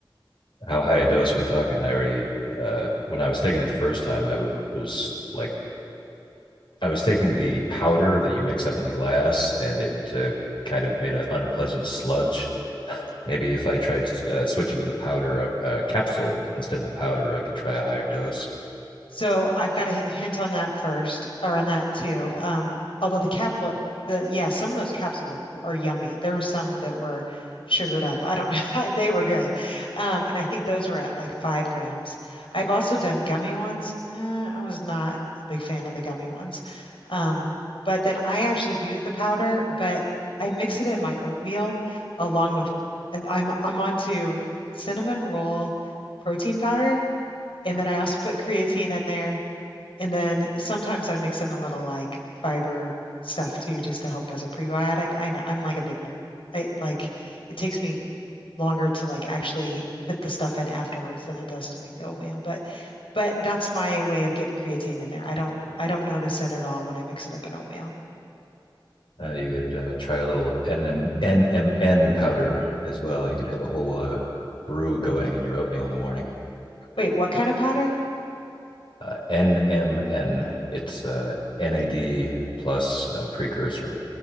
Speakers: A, on the left (about 70°); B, on the left (about 85°).
A: How high a dose are we talking? I already uh, when I was taking it the first time, I w- was like I was taking the powder that you mix up in the glass, and it uh, kind of made an unpleasant sludge. Maybe if I tried uh, switching to the powder uh, uh, capsule instead of the powder, I could try a higher dose.
B: So I've got a hint on that first, or on that too. Um, although the capsule, the yeah, some of those capsules are are yummy. There were some that were sugared up. I don't, <laughs> they were good, um, and I think those were at like five grams. I've also done gummy ones. Uh, I was not a big fan of the gummy ones, um, but then I actually do the powder, but I mix it in my oatmeal along with, and I'm I'm onto cinnamon roll protein powder. And then I also put creatine in there. And then sometimes I mix in a little like fiber stuff too, just to help as a prebiotic. I know I'm like a big nerd. I like it takes me longer to like actually put the stuff in afterwards than it does to make the oatmeal. But but that's my way of getting creatine in there. I don't I don't notice it at all when I mix it up in oatmeal.
A: Uh, you could uh, try a little NMN powder as well. You could have a whole uh, brew going in your oatmeal in the morning.
B: Wait, what kind of powder?
A: Uh, NMN, it's uh, NAD plus uh, precursor.